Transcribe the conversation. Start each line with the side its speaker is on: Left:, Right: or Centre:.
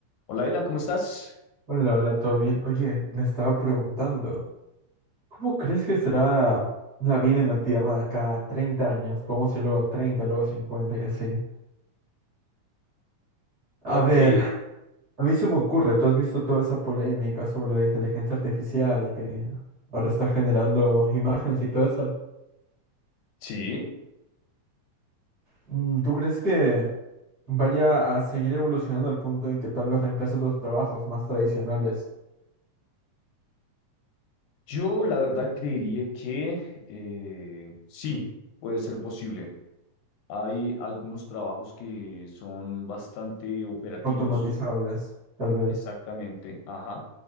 Left: Hola, Dylan, ¿cómo estás?
Right: Hola, hola, ¿todo bien? Oye, me estaba preguntando, ¿cómo crees que será la vida en la Tierra de acá a 30 años? Podemos ir luego a 30, luego a 50 y así. A
Left: Ok,
Right: ver, a mí se me ocurre, tú has visto toda esa polémica sobre la inteligencia artificial que ahora está generando imágenes y todo eso.
Left: sí.
Right: Mm, ¿Tú crees que vaya a seguir evolucionando al punto de que tal vez reemplace otros trabajos más tradicionales,
Left: Yo la verdad creería que eh, sí, puede ser posible. Hay algunos trabajos que son bastante operativos,
Right: automatizables, tal vez?
Left: exactamente, ajá.